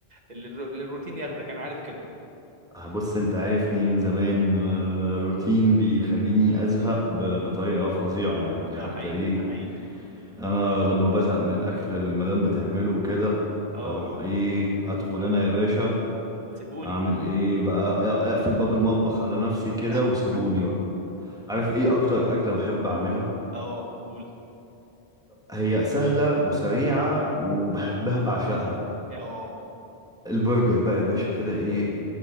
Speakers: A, on the right; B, in the centre.
A: لل... للروتين ياخدك انا عارف كده
B: آه، بص انت عارفني من زمان انا الروتين بيخليني ازهق ب- بطريقة فظيعة يعني حتى
A: ده حقيقي
B: ايه
A: ده حقيقي
B: انا لما بزهق من الاكل اللي المدام بتعمله كده
A: اه
B: بروح ايه ادخل انا يا باشا
A: سيبوني
B: اعمل ايه بقى اه- اقفل باب المطبخ على نفسي كده
A: <laughs>
B: وسيبوني بقى عارف ايه اكتر اكلة بحب اعملها
A: اه قول
B: هي سهلة وسريعة وبحبها بعشقها
A: اه
B: البرجر بقى يا باشا كده ايه